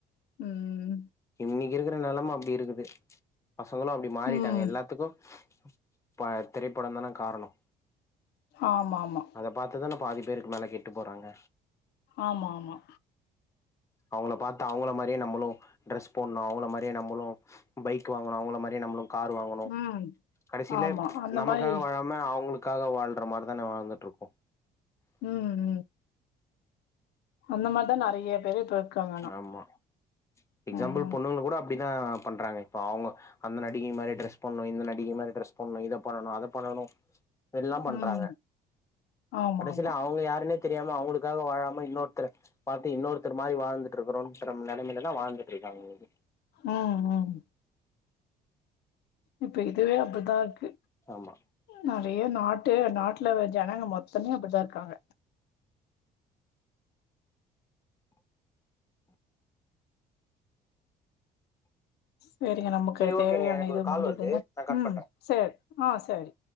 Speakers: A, on the left; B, on the left.
A: ம்
B: இன்னிக்கி இருக்குற நெலம அப்டி இருக்குது பசங்களு அப்டி மாறிட்டாங்க
A: ம்
B: எல்லாத்துக்கு அப்ப திரைப்படம் தானே காரணம்
A: ஆமா ஆமா
B: அத பாத்துதான பாதி பேருக்கு மேல கெட்டு போறாங்க
A: ஆமா ஆமா
B: அவங்கள பாத்து அவங்கள மாரியே நம்மளும் ட்ரெஸ் போடணும் அவங்கள மாரியே நம்மளும் பைக் வாங்கணும் அவங்கள மாரியே நம்மளும் கார் வாங்கணும்
A: ம்
B: கடைசியில
A: ஆமா அந்த
B: நமக்காக
A: மாரி
B: வாழாம அவங்களுக் க்காக வாழ்ற மாரி தான வாழ்ந்துட்டு இருக்கோ
A: ம் ம் அந்த மாரிதா நறைய பேரு இப்ப இருக்காங்க ஆனா
B: ஆமா எக்ஸாம்பிள்
A: ம்
B: பொண்ணுங்க கூட அப்டிதா பண்றாங்க இப்ப அவங்க அந்த நடிகை மாரி ட்ரெஸ் பண்ணணு இந்த நடிகை மாரி ட்ரெஸ் பண்ணணு இத பண்ணணு அத பண்ணணு எல்லா பண்றாங்க
A: ம் ஆமா
B: கடைசில
A: ஆமா
B: அவங்க யாருன்னே தெரியாம அவங்களுக்காக வாழாம இன்னொருத்த பாத்து இன்னொருத்த இந்த மாதிரி வாழ்ந்துட்டு இருக்கொன்ற நெலமையில தா வாழ்ந்துட்டு இருக்காங்க இன்னைக்கி
A: ம் ம் இப்ப இதுவே அப்டிதா இருக்கு
B: ஆமா
A: நறைய நாட்டு நாட்டு ல்ல ஜனங்க மொத்தமே அப்டிதா இருக்காங்க சரிங்க நமக்கு
B: சரி
A: தேவையான
B: ஓகேங்க எனக்கு
A: இது
B: ஒரு கால்
A: முன்னுதுங்க
B: வருது நா கட்
A: ம்
B: பண்றே
A: சரி ஆ சரி